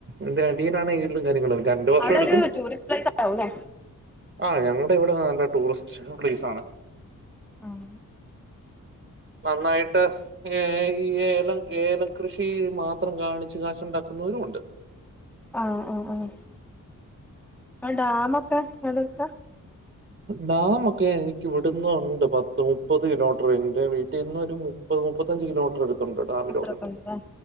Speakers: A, on the right (about 35°); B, in the centre.
A: എന്റെ അടിയിലാണ് ഇടലും കാര്യങ്ങളും- രണ്ട് വർഷം
B: അവിടെ
A: എടുക്കും
B: ഒരു ടൂറിസ്റ്റ് പ്ലേസ് ആവുംല്ലേ
A: ആഹ ഞങ്ങൾ ഇവിടെ ന ടൂറിസ്റ്റ് പ്ലേസ് ആണ്.
B: ആഹ്
A: നന്നായിട്ട് ഏ ഈ ഏലം ഏലംകൃഷി മാത്രം കാണിച്ചു കാശുണ്ട ക്കുന്നവരും ഉണ്ട്.
B: ആഹ ആഹ ആഹ ആ ഡാമൊ ക്കെ അടുത്ത
A: ഡമൊക്കെ എനിക്ക് വിടുന്നുണ്ട് പത്ത് മുപ്പത് കിലോമീറ്റർ എന്റെ വീട്ടിന്നൊരു- ഒരു മുപ്പത്തഞ്ച് കിലോമീറ്റർ എടുത്തണ്ട് ഡാമിലോട്ട്.
B: അത്രൊക്കെ ഉണ്ടല്ലേ